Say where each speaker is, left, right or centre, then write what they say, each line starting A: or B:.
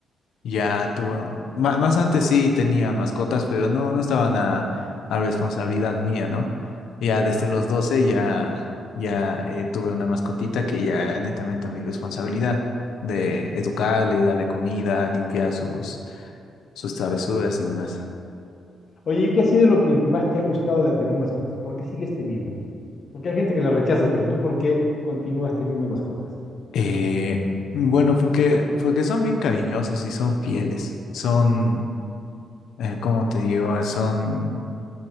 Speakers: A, on the left; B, on the left.
A: Ya tuvo,
B: Ah, qué
A: ma-
B: maravilla.
A: más antes sí tenía mascotas, pero no, no estaban a, a responsabilidad mía, ¿no? Ya desde los 12 ya, ya eh, tuve una mascotita que ya era netamente a mi responsabilidad de educarle, darle comida, limpiar sus, sus travesuras y demás.
B: Oye, ¿y qué ha sido lo que, que más te ha gustado de tener mascotas? ¿Por qué sigues teniendo? Porque hay gente que la rechaza, pero tú, ¿por qué continúas teniendo mascotas?
A: Eh, bueno, porque, porque son bien cariñosos y son fieles, son, eh, ¿cómo te digo? Son...